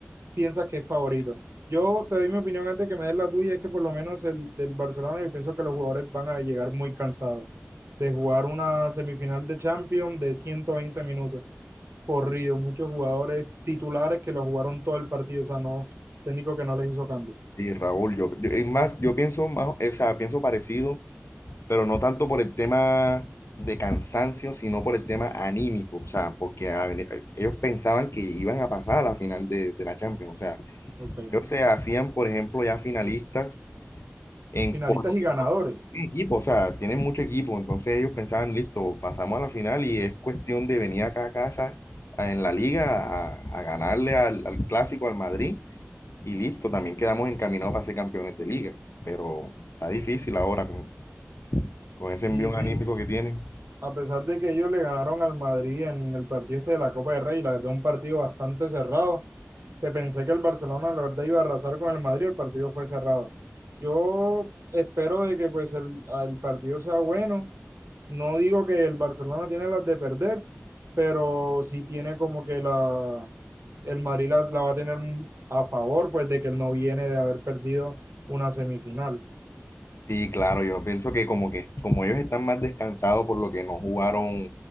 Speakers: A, on the right; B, on the left.
A: piensas que es favorito? Yo te doy mi opinión antes que me des la tuya, es que por lo menos el del Barcelona, yo pienso que los jugadores van a llegar muy cansados de jugar una semifinal de Champions de 120 minutos. corrido, muchos jugadores titulares que lo jugaron todo el partido, o sea, no, técnico que no les hizo cambio.
B: Sí, Raúl, yo, yo- es más, yo pienso más, o sea, pienso parecido, pero no tanto por el tema de cansancio, sino por el tema anímico, o sea, porque a ver, ellos pensaban que iban a pasar a la final de, de la Champions, o sea,
A: Ok.
B: ellos se hacían, por ejemplo, ya finalistas en
A: Finalistas
B: por
A: y ganadores.
B: tiene equipo, o sea, tienen mucho equipo, entonces ellos pensaban, listo, pasamos a la final y es cuestión de venir acá a casa a- en la liga a, a ganarle al, al clásico, al Madrid, y listo, también quedamos encaminados para ser campeones de liga, pero está difícil ahora con, con ese
A: Sí,
B: envío
A: sí,
B: anímico que tienen.
A: a pesar de que ellos le ganaron al Madrid en el partido este de la Copa del Rey, la verdad, un partido bastante cerrado, que pensé que el Barcelona, la verdad, iba a arrasar con el Madrid, el partido fue cerrado. Yo espero de que pues el, el partido sea bueno. No digo que el Barcelona tiene las de perder, pero sí tiene como que la, el Madrid la, la va a tener a favor, pues de que él no viene de haber perdido una semifinal.
B: Sí, claro, yo pienso que como que como ellos están más descansados por lo que no jugaron